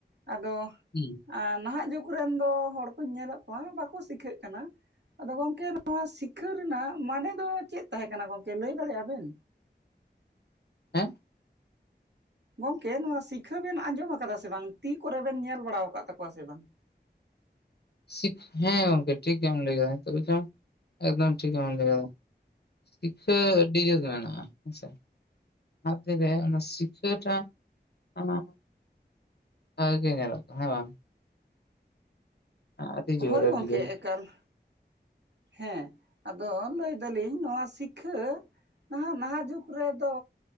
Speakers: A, on the right; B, on the left.
A: ᱟᱫᱚ
B: ᱦᱩᱸ
A: ᱟ ᱱᱟᱦᱟᱜ ᱡᱩᱜᱽ ᱨᱮᱱ ᱫᱚ ᱦᱚᱲ ᱠᱩᱧ ᱧᱮᱞᱮᱫ ᱠᱚᱣᱟ ᱵᱟᱠᱚ ᱥᱤᱠᱷᱟᱹᱜ ᱠᱟᱱᱟ ᱟᱫᱚ ᱜᱚᱝᱠᱮ ᱱᱚᱣᱟ ᱥᱤᱠᱷᱟᱹ ᱨᱮᱱᱟᱜ ᱢᱟᱱᱮ ᱫᱚ ᱪᱮᱫ ᱛᱟᱦᱮᱸ ᱠᱟᱱᱟ ᱜᱚᱝᱠᱮ ᱞᱟᱹᱭ ᱫᱟᱲᱮᱭᱟᱜ-ᱟ ᱵᱤᱱ
B: ᱦᱮᱸ
A: ᱜᱚᱝᱠᱮ ᱱᱚᱣᱟ ᱥᱤᱠᱷᱟᱹ ᱵᱤᱱ ᱟᱸᱡᱚᱢ ᱟᱠᱟᱫᱟ ᱥᱮ ᱵᱟᱝ ᱛᱤ ᱠᱚᱨᱮ ᱵᱤᱱ ᱧᱮᱞ ᱵᱟᱲᱟ ᱣᱟᱠᱟᱫ ᱛᱟᱠᱚᱣᱟ ᱥᱮ ᱵᱟᱝ
B: ᱥᱤᱠ ᱦᱮᱸ ᱜᱚᱝᱠᱮ ᱴᱷᱤᱠ ᱜᱮᱢ ᱞᱟᱹᱭ ᱠᱮᱫᱟ ᱱᱤᱛᱚᱜ ᱜᱮᱪᱚᱝ ᱮᱠᱫᱚᱢ ᱴᱷᱤᱠ ᱜᱮᱢ ᱞᱟᱹᱭ ᱠᱮᱫᱟ᱾ ᱛᱤᱠᱥᱟᱹ <unintelligible> ᱟᱹᱰᱤ ᱡᱩᱨ ᱜᱮ ᱢᱮᱱᱟᱜ-ᱟ ᱦᱮᱸ ᱥᱮ ᱱᱷᱟᱜ <unintelligible> ᱛᱮᱨᱮ ᱚᱱᱟ ᱥᱤᱠᱷᱟᱹ ᱴᱟ ᱟᱱᱟ ᱵᱷᱟᱹᱜᱤ ᱜᱮ ᱧᱮᱞᱚᱜ ᱠᱟᱱᱟ ᱦᱮᱸ ᱵᱟᱝ ᱟᱹᱰᱤ ᱡᱳᱨ
A: ᱦᱚᱭ
B: ᱟᱹᱰᱤ
A: ᱜᱚᱝᱠᱮ
B: ᱡᱳᱨ
A: ᱮᱠᱟᱞ ᱦᱮᱸ ᱟᱫᱚ ᱞᱟᱹᱭ ᱮᱫᱟᱞᱤᱧ ᱱᱚᱣᱟ ᱥᱤᱠᱷᱟᱹ ᱱᱟᱦᱟᱜ ᱱᱟᱦᱟᱜ ᱡᱩᱜᱽ ᱨᱮᱫᱚ